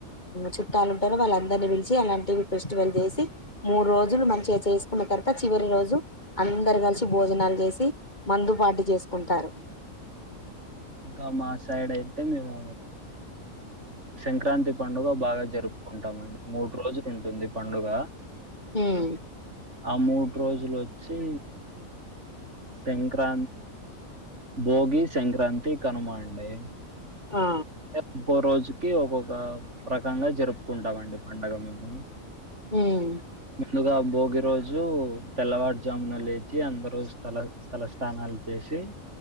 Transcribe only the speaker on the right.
ఇంకా మా సైడ్ అయితే మేము సంక్రాంతి పండుగ బాగా జరుపుకుంటామండి మూడు రోజులు ఉంటుంది పండుగ
ఆ మూడు రోజులు వచ్చి సంక్రా సంక్రా భోగి సంక్రాంతి కనుమండే
ఒక్కో రోజుకి ఒక్కొక్క రకంగా జరుపుకుంటామండి పంండగ మేము
ముందుగ భోగి రోజు తెల్లవారుజామున లేచి అందరు తల తల స్నానాలు చేసి సి